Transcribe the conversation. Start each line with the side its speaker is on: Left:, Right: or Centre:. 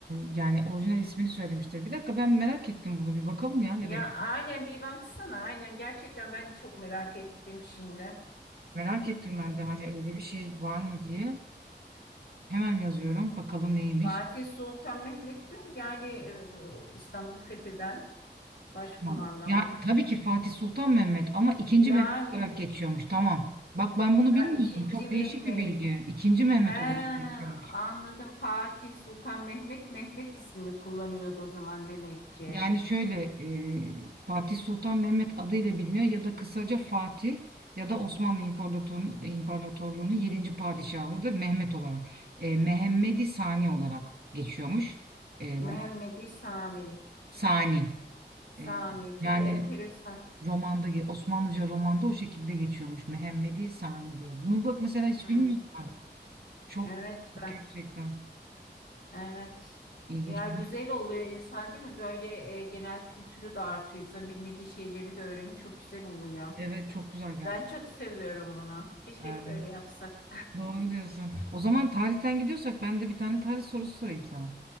Right: e, yani orijinal ismini söylemiştir. Bir dakika ben merak ettim bunu bir bakalım ya
Left: Ya
Right: ne demek.
Left: aynen bir baksana aynen gerçekten ben de çok merak ettim şimdi.
Right: Merak ettim ben de hani öyle bir şey var mı diye. Hemen yazıyorum bakalım neymiş.
Left: Fatih Sultan Mehmet'ti yani e, İstanbul'u fetheden başkumandan
Right: Tamam. Ya
Left: falan.
Right: tabii ki Fatih Sultan Mehmet ama ikinci
Left: Yani
Right: Mehmet olarak geçiyormuş. Tamam. Bak ben bunu
Left: ha,
Right: bilmiyordum.
Left: ikinci
Right: Çok
Left: Mehmet.
Right: değişik bir bilgi. İkinci Mehmet
Left: He,
Right: olarak geçiyormuş.
Left: anladım. Fatih Sultan Mehmet Mehmet ismini kullanıyordu o zaman demek ki.
Right: Yani şöyle e, Fatih Sultan Mehmet adıyla biliniyor ya da kısaca Fatih ya da Osmanlı İmparatorluğu'nun İmparatorluğu'nun 7. padişahıdır Mehmet olarak. E, Mehmedi Sani olarak geçiyormuş. E, roman
Left: Mehmedi Sami.
Right: Sani.
Left: Sani
Right: E,
Left: çok
Right: yani
Left: enteresan.
Right: romanda ge- Osmanlıca romanda o şekilde geçiyormuş Mehmedi Sani diye. Bunu bak mesela hiç
Left: Hı,
Right: bilmiyordum ben. Çok
Left: evet ben.
Right: gerçekten
Left: Evet.
Right: ilginç.
Left: Ya güzel oluyor insan değil mi? Böyle e, genel kültürü de artıyor. İnsan bilmediği şeyleri de öğreniyor. Çok güzel oluyor.
Right: Evet çok güzel
Left: Ben çok seviyorum bunu. Keşke
Right: gerçekten.
Left: hep böyle yapsak.
Right: Doğru diyorsun. O zaman tarihten gidiyorsak ben de bir tane tarih sorusu sorayım sana.